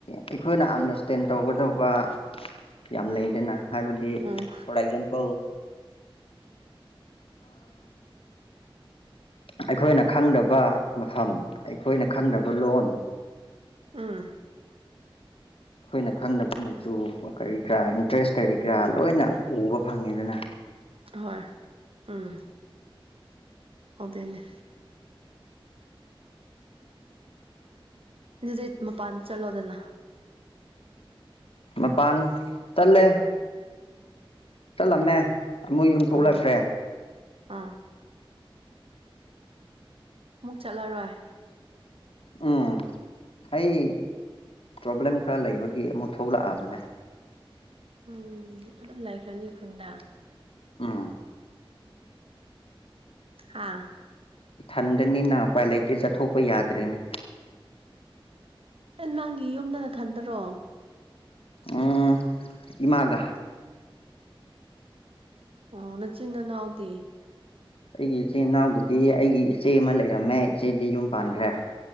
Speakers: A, on the left; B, on the right.
A: ꯑꯩꯈꯣꯏꯅ ꯑꯟꯗꯔꯁꯇꯦꯟ ꯇꯧꯒꯗꯧꯕ ꯌꯥꯝ ꯂꯩꯗꯅ ꯍꯥꯏꯕꯗꯤ
B: ꯎꯝ
A: ꯐꯣꯔ ꯑꯦꯛꯖꯥꯝꯄꯜ ꯑꯩꯈꯣꯏꯅ ꯈꯪꯗꯕ ꯃꯐꯝ ꯑꯩꯈꯣꯏꯅ ꯈꯪꯗꯕ ꯂꯣꯟ
B: ꯎꯝ
A: ꯑꯩꯈꯣꯏꯅ ꯈꯪꯅꯕ ꯃꯆꯨ ꯀꯔꯤ ꯀꯔꯥ ꯏꯟꯇꯔꯦꯁ ꯀꯔꯤ ꯀꯔꯥ ꯂꯣꯏꯅ ꯎꯕ ꯐꯪꯉꯦ ꯑꯗꯨꯅ
B: ꯍꯣꯏ ꯎꯝ ꯑꯣꯅꯦ ꯑꯗꯨꯗꯤ ꯃꯄꯥꯟ ꯆꯠꯂꯣꯗꯅ
A: ꯃꯄꯥꯟ ꯇꯜꯂꯦ ꯆꯠꯂꯝꯃꯦ ꯃꯣꯏ ꯌꯨꯝ ꯊꯣꯛꯂꯛꯈ꯭ꯔꯦ
B: ꯑꯥ ꯑꯥ ꯃꯨꯛ ꯆꯠꯂꯔꯣꯏ
A: ꯎꯝ ꯑꯩ ꯄ꯭ꯔꯣꯕ꯭ꯂꯦꯝ ꯈꯔ ꯂꯩꯕꯒꯤ ꯑꯃꯨꯛ ꯊꯣꯛꯂꯛꯑꯕꯅꯦ
B: ꯎꯝ ꯑꯗꯨꯝ ꯂꯩꯈ꯭ꯔꯅꯤ ꯈꯨꯟꯗ
A: ꯎꯝ
B: ꯍꯥꯥ
A: ꯏꯊꯟꯗꯅꯤꯅ ꯄꯥꯏ ꯂꯩꯇꯦ ꯆꯠꯊꯣꯛꯄ ꯌꯥꯗ꯭ꯔꯦꯅꯦ
B: ꯑꯦ ꯅꯪꯒꯤ ꯌꯨꯝꯗꯅ ꯈꯟꯗꯔꯣ
A: ꯎ ꯏꯃꯥꯒ
B: ꯑꯣ ꯅꯆꯤꯟ ꯅꯅꯥꯎꯗꯤ
A: ꯑꯩꯒꯤ ꯏꯆꯤꯟꯜ ꯏꯅꯥꯎꯕꯨꯗꯤ ꯑꯩꯒꯤ ꯏꯆꯦ ꯑꯃ ꯂꯩꯔꯝꯃꯦ ꯏꯆꯦꯗꯤ ꯌꯨꯝ ꯄꯥꯟꯈ꯭ꯔꯦ